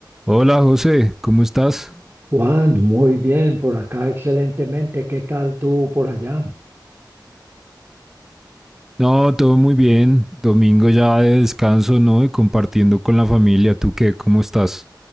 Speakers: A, in the centre; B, on the right (about 30°).
A: Hola José, ¿cómo estás?
B: Juan, muy bien, por acá excelentemente. ¿Qué tal tú por allá?
A: No, todo muy bien. Domingo ya de descanso, ¿no? Y compartiendo con la familia. ¿Tú qué? ¿Cómo estás?